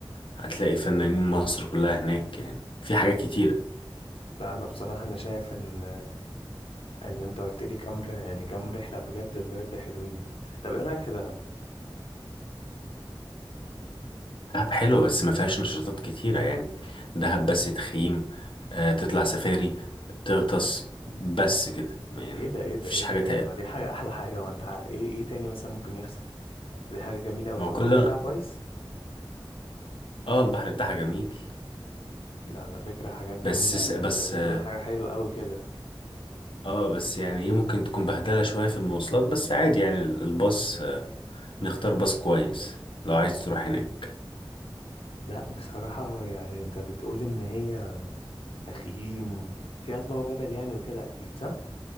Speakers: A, on the left; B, on the left.
A: هتلاقي فنانين مصر كلها هناك يعني في حاجات كتيرة
B: لا انا بصراحه انا شايف ان ان انت قلت لي كام ر- يعني كام رحله بجد بجد حلوين طب ايه رايك في دهب
A: دهب حلوة بس ما فيهاش نشاطات كتيرة يعني دهب بس تخييم آه تطلع سفاري تغطس بس كده يعني
B: ايه ده ايه ده
A: مفيش
B: ايه ده
A: حاجة
B: طب
A: تانية
B: ما دي حاجه احلى حاجه وانت ع- ايه ايه تاني مثلا ممكن يحصل طب دي حاجه جميله قوي
A: ما
B: طب
A: هو
B: البحر
A: كل
B: بتاعها كويس
A: اه البحر بتاعها جميل
B: ده على فكره حاجات جميله
A: بس س-
B: يعني
A: بس
B: انت بتقول
A: اه
B: حاجه حلوه قوي كده
A: آه، بس يعني ايه ممكن تكون بهدلة شوية في المواصلات بس عادي يعني الباص نختار باص كويس لو عايز تروح هناك
B: لا بصراحه يعني انت بتقول ان هي تخييم فيها طلوع جبل يعني وكده اكيد صح